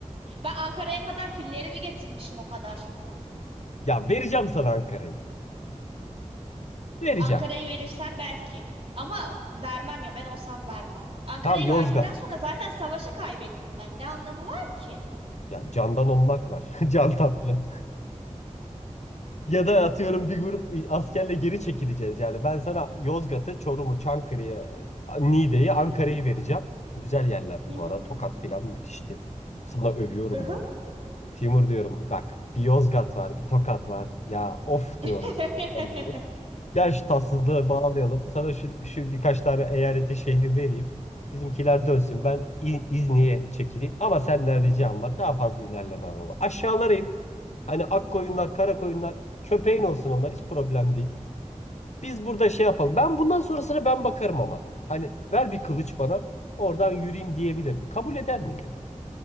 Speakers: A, on the right; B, on the left.
A: Ben Ankara'ya kadar fillerimi getirmişim o kadar.
B: Ya vereceğim sana Ankara'yı. Vereceğim.
A: Ankara'yı verirsen belki. Ama vermem ya ben olsam vermem. Ankara'yı
B: Tamam Yozgat.
A: verdikten sonra zaten savaşı kaybettim ben. Ne anlamı var ki?
B: Ya candan olmak var. <laughs> Can tatlı. Ya da atıyorum bir grup askerle geri çekileceğiz yani. Ben sana Yozgat'ı, Çorum'u, Çankırı'yı, Niğde'yi,
A: Hı
B: Ankara'yı
A: hı
B: vereceğim. Güzel yerlerdi
A: hı
B: bu
A: hı.
B: arada. Tokat filan müthiştir. Sana övüyorum
A: hı hı.
B: bu arada. Timur diyorum bak bir Yozgat var, bir Tokat var. Ya of
A: <laughs>
B: diyorum sana falan diyorum. Gel şu tatsızlığı bağlayalım. Sana şu, şu birkaç tane eyaleti şehri vereyim. Bizimkiler dönsün. Ben İ- İzni'ye çekileyim. Ama senden ricam var. Daha fazla ilerleme baba. Aşağılara in. Hani ak koyunlar, kara koyunlar. Köpeğin olsun onlar. Hiç problem değil. Biz burada şey yapalım. Ben bundan sonrasına ben bakarım ama. Hani ver bir kılıç bana. Oradan yürüyeyim diyebilirim. Kabul eder miydin?